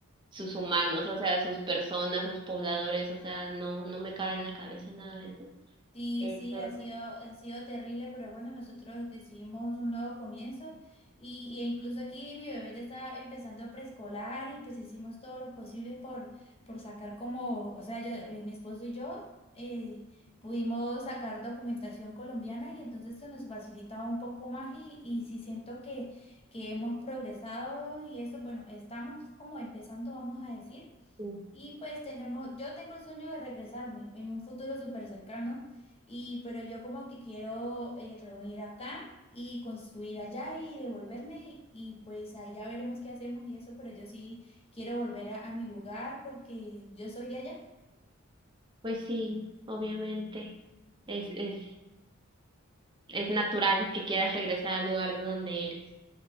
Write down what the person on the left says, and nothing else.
Sí,
sí,
ha sido, ha sido terrible, pero bueno, nosotros decidimos un nuevo comienzo y, y incluso aquí mi bebé ya está empezando preescolar y pues hicimos todo lo posible por, por sacar como, o sea, yo, eh, mi esposo y yo eh, pudimos sacar documentación colombiana y entonces eso nos facilitaba un poco más y, y sí siento que, que hemos progresado y eso, bueno, estamos como empezando, vamos a decir.
Y pues tenemos, yo tengo el sueño de regresarme en un futuro súper cercano y, pero yo como que quiero eh, reunir acá y construir allá y devolverme y pues ahí ya veremos qué hacemos y eso, pero yo sí quiero volver a, a mi lugar porque yo soy de allá.